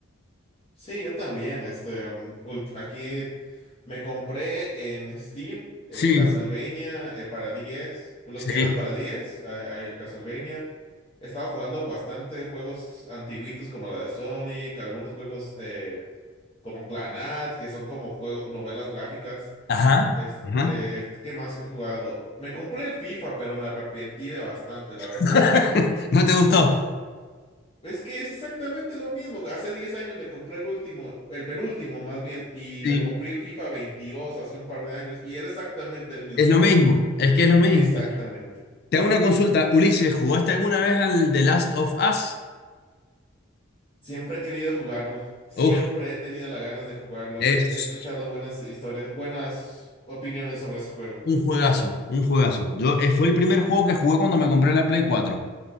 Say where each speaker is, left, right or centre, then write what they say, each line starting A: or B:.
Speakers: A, on the left; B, on the left.
A: Sí, yo también. Este, um, ult- aquí me compré en Steam el
B: Sí,
A: Castlevania, el para 10, los
B: sí.
A: que eran para 10, a- a- el Castlevania. He estado jugando bastante juegos antiguitos como la de Sonic, algunos juegos eh, como Clanat, que son como juegos, novelas gráficas.
B: Ajá.
A: Este,
B: Ajá.
A: ¿qué más he jugado? Me compré el FIFA, pero me arrepentí de bastante, la verdad.
B: <laughs> ¿No te gustó?
A: Es que es exactamente lo mismo. Hace 10 años me compré el último, el penúltimo más bien, y
B: Sí.
A: me compré el FIFA 22 hace un par de años y era exactamente el mismo
B: Es
A: juego.
B: lo mismo, es que es lo mismo.
A: Exactamente.
B: Te hago una consulta, Ulises, ¿jugaste alguna vez al The Last of Us?
A: Siempre he querido jugarlo. Siempre
B: Uf,
A: he tenido las ganas de jugarlo.
B: es
A: He, he escuchado buenas historias, buenas opiniones sobre ese juego.
B: un juegazo, un juegazo. Yo, eh, fue el primer juego que jugué cuando me compré la Play cuatro